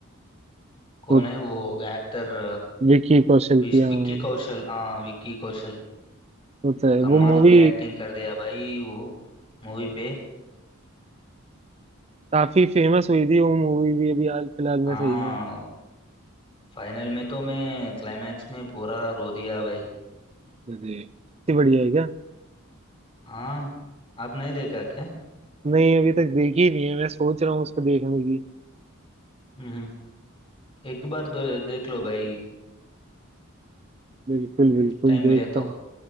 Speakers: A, on the left; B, on the right.
A: कौन
B: वो
A: है वो एक्टर
B: विकी कौशल
A: विक्की
B: की हाँ
A: कौशल हाँ विक्की कौशल
B: वो तो है
A: कमाल
B: वो मूवी
A: की एक्टिंग कर दिया भाई वो मूवी पे
B: काफी फेमस हुई थी वो मूवी भी अभी हाल फिलहाल
A: हाँ
B: में सही में
A: फाइनल में तो मैं क्लाइमैक्स में पूरा रो दिया भाई
B: अरे इतनी बढ़िया है क्या
A: हाँ आप नहीं देखा क्या
B: नहीं अभी तक देखी ही नहीं है मैं सोच रहा हूँ उसको देखने की
A: हम्म एक बार दो, देख लो भाई
B: बिल्कुल बिल्कुल
A: टाइम
B: देखता
A: मिले तो
B: हूँ